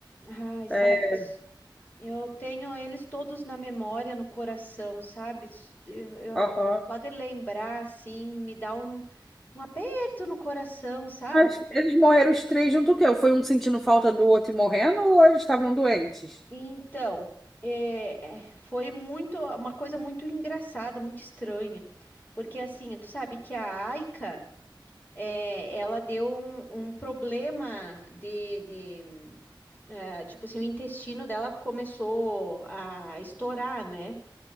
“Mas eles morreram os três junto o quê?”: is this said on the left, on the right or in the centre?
Centre